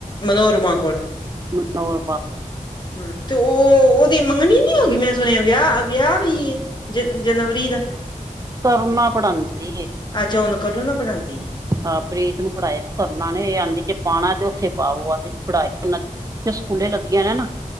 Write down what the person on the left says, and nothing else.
ਮਨੋਹਰਮਾ ਕੋਲ।
ਹੂੰ, ਤੇ ਓਹ ਤੇਰੀ ਮੰਗਣੀ ਨੀ ਹੋਗੀ ਮੈਂ ਸੁਣਿਆ, ਵਿਆਹ, ਵਿਆਹ ਵੀ ਏ ਜਨਵਰੀ ਦਾ?
ਅੱਛਾ, ਹੁਨ ਕਰੁਣਾ ਪੜ੍ਹਾਂਦੀ ਏ?